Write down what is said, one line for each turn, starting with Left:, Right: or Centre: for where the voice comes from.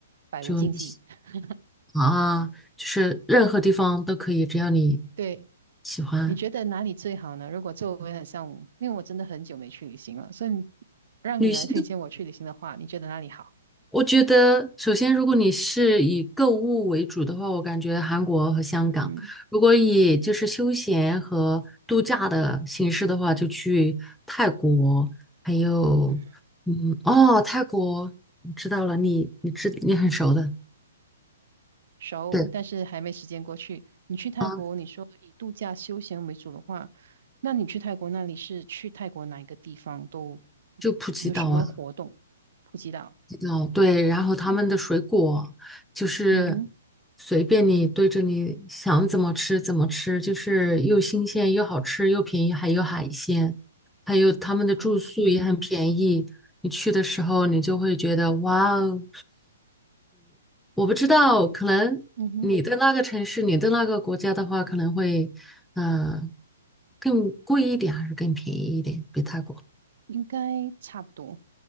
Right: 百无禁忌。
Centre: 就你喜
Right: <laughs>
Centre: 啊，就是任何地方都可以，只要你
Right: 对。
Centre: 喜欢。
Right: 你觉得哪里最好呢？如果作为很像，因为我真的很久没去旅行了，所以你让你来推荐我去旅行的话，
Centre: 旅行的
Right: 你觉得哪里好？
Centre: 我觉得，首先，如果你是以购物为主的话，我感觉韩国和香港；
Right: 嗯哼，
Centre: 如果以就是休闲和度假的形式的话，就去泰国，还有，
Right: 嗯，
Centre: 嗯，哦，泰国，我知道了，你你知你很熟的，
Right: 熟，
Centre: 对，
Right: 但是还没时间过去。你去泰国，
Centre: 啊，
Right: 你说以度假休闲为主的话，那你去泰国那里是去泰国哪一个地方都
Centre: 就普吉岛啊。
Right: 有什么活动？普吉岛，
Centre: 哦，对，然后他们的水果就是
Right: 嗯哼，
Centre: 随便你对着你想怎么吃怎么吃，就是又新鲜又好吃又便宜，还有海鲜，还有他们的住宿也很便宜。
Right: 海鲜，
Centre: 你去的时候，你就会觉得哇哦，我不知道，可能你的那个城市、
Right: 嗯哼，
Centre: 你的那个国家的话，可能会嗯、呃更贵一点，还是更便宜一点，比泰国
Right: 应该差不多。